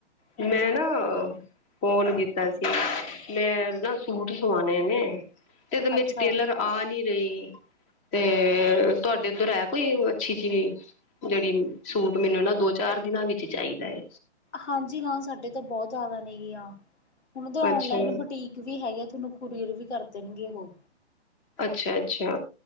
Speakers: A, on the left; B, on the left.
A: ਹਾਂਜੀ
B: ਮੈਂ ਨਾ ਅ ਫੋਨ ਕੀਤਾ ਸੀ, ਮੈਂ ਨਾ ਸੂਟ ਸਵਾਣੇ ਨੇ, ਤੇ ਤੇ
A: ਅੱਛਾ
B: ਲੇਡੀ ਟੇਲਰ ਆ ਆ ਨੀ ਰਈ, ਤੇ ਤੁਹਾਡੇ ਉੱਧਰ ਹੈ ਕੋਈ ਅੱਛੀ ਚੀ ਜੇੜੀ ਸੂਟ ਮੈਨੂੰ ਨਾ ਦੋ-ਚਾਰ ਦਿਨਾਂ ਵਿੱਚ ਈ ਚਾਈਦਾ ਏ।
A: ਹਾਂਜੀ ਹਾਂ, ਸਾਡੇ ਤਾਂ ਬੌਤ ਜਾ ਦਾ ਨੇਗਿਆਂ। ਹੁਣ ਤਾਂ
B: ਅੱਛਾ
A: ਔਨਲਾਈਨ ਬੁਟੀਕ ਵੀ ਹੈਗੇ ਆ, ਥੁਨੂੰ ਕੁਰੀਅਰ ਵੀ ਕਰ ਦੇਣਗੇ ਓਹ।
B: ਅੱਛਾ ਅੱਛਾ,